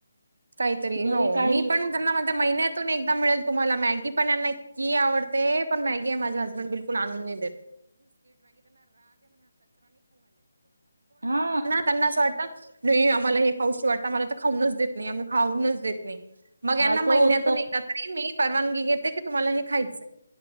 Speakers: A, on the right; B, on the right.
A: काहीतरी
B: घरी
A: हो
B: काही
A: मी पण त्यांना म्हणते महिन्यातून एकदा मिळेल तुम्हाला मॅगी पण यांना माँगी आवडते पण मॅगी आहे माझे हसबंड बिलकुल आणून नाही देत.
B: हा
A: <unintelligible> त्यांना असं वाटतं नाही आम्हाला हे खाऊशी वाटतं आमला तर खाऊनच देत नाही आम्ही खाऊनच देत नाही. मग यांना
B: असं
A: महिन्यातून
B: होतं
A: एक तरी मी परवानगी घेते की तुम्हाला हे खायचंय.